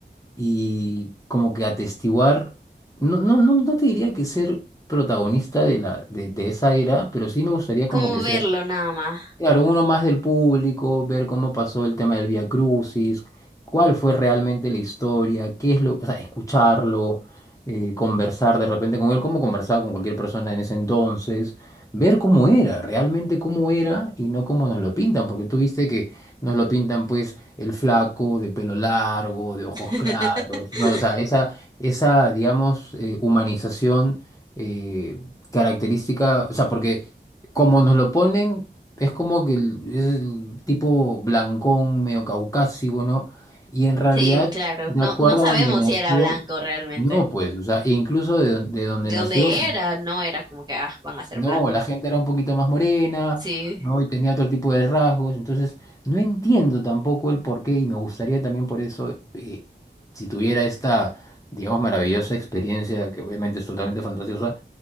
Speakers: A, on the left; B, on the right.
A: y como que atestiguar, no, no, no, no te diría que ser protagonista de la, de, de esa era, pero sí me gustaría como
B: como
A: que
B: verlo
A: ser
B: nada más.
A: Claro, uno más del público, ver cómo pasó el tema del Vía Crucis, cuál fue realmente la historia, qué es lo, o sea, escucharlo, eh, conversar de repente con él, como conversaba con cualquier persona en ese entonces, ver cómo era, realmente cómo era y no cómo nos lo pintan, porque tú viste que nos lo pintan pues el flaco de pelo largo, de ojos
B: <laughs>
A: claros, ¿no? O sea, esa, esa, digamos, eh, humanización eh, característica, o sea, porque como nos lo ponen es como que el- es el tipo blancón, medio caucásico, ¿no? Y en realidad,
B: Sí, claro.
A: de
B: No,
A: acuerdo
B: no sabemos
A: a donde nació,
B: si era blanco realmente.
A: no, pues, o sea, e incluso de, don- de donde
B: De
A: nació,
B: dónde era, no era como que ah, van a ser
A: no,
B: blancos.
A: la gente era un poquito más morena,
B: Sí.
A: ¿no? Y tenía otro tipo de rasgos, entonces no entiendo tampoco el porqué y me gustaría también por eso, eh, si tuviera esta, digamos, maravillosa experiencia, que obviamente es totalmente fantasiosa,